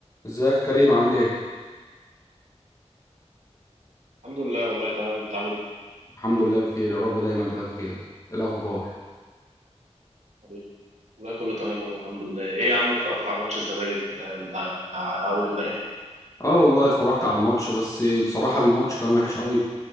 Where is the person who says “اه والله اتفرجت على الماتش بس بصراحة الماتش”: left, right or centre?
Left